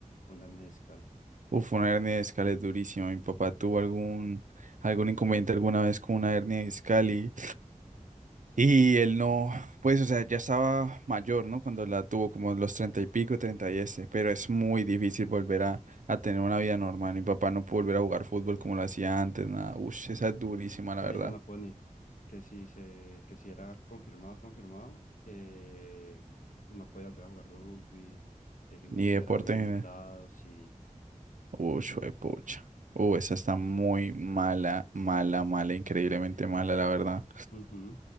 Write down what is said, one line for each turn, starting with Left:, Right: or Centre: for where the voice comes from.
Left: una hernia discal.
Right: Uf, una hernia de discal es durísima. Mi papá tuvo algún, algún inconveniente alguna vez con una hernia de discal y, y él no, pues, o sea, ya estaba mayor, ¿no? Cuando la tuvo, como los treinta y pico, treinta y este, pero es muy difícil volver a, a tener una vida normal. Mi papá no pudo volver a jugar fútbol como lo hacía antes, nada. Ush, esa es durísima,
Left: Eso
Right: la verdad.
Left: le dijeron a Pony, que si se, que si era confirmado, confirmado, eh, no podía volver a jugar rugby, el gimnasio
Right: Ni deporte
Left: ya era muy limitado,
Right: en general.
Left: sí.
Right: Ush, pucha. Uh, esa está muy mala, mala, mala, increíblemente mala, la verdad.
Left: Ujú.